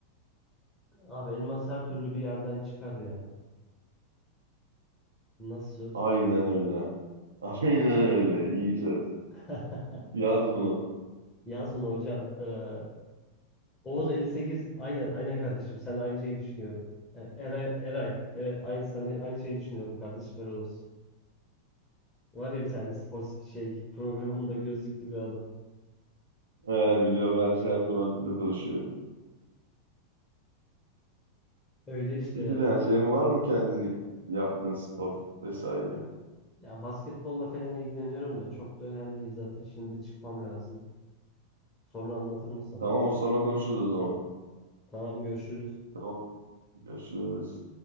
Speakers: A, on the left (about 15°); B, on the right (about 70°).
A: Abi elmas her türlü bir yerden çıkar ya. Nasıl söz?
B: Aynen öyle. <laughs> Aynen öyle. İyi söz.
A: <laughs>
B: Yaz bunu.
A: Yaz bunu hocam. Ee, Oğuz 58. Aynen aynen kardeşim. Sen aynı şeyi düşünüyorum. E, Eray, Eray. Evet aynı sen de aynı şeyi düşünüyorum kardeşim. Helal olsun. Var ya bir tane spor şey programında gözlüklü bir adam.
B: Eğer biliyor her şey her konu hakkında konuşuyor.
A: Öyle işte
B: O şekilde
A: yani.
B: yani senin var mı kendini yaptığın spor vesaire?
A: Ya basketbolla falan ilgileniyorum da çok da önemli değil. Zaten şimdi çıkmam lazım. Sonra anlatırım sana.
B: Tamam o sonra konuşuruz o zaman.
A: Tamam görüşürüz.
B: Tamam. Görüşürüz.